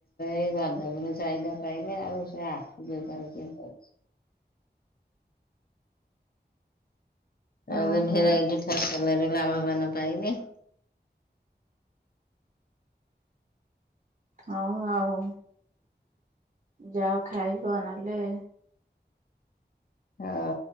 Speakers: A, on the left (about 55°); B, on the right (about 45°).
A: ଏଇ ବାଦାମରେ ଚାହିଦା ପାଇଲେ ଆଉ ସେ ବେଭାର କିଏ କରୁଛି। ଆଉ
B: ଓହୋ
A: ତ ଭେରାଇଟି ଫସଲରେ ଲାଭବାନ ପାଇଲେ।
B: ହୋଉ ଆଉ ଯାଅ ଖାଇବ ନହେଲେ
A: ହୋଉ।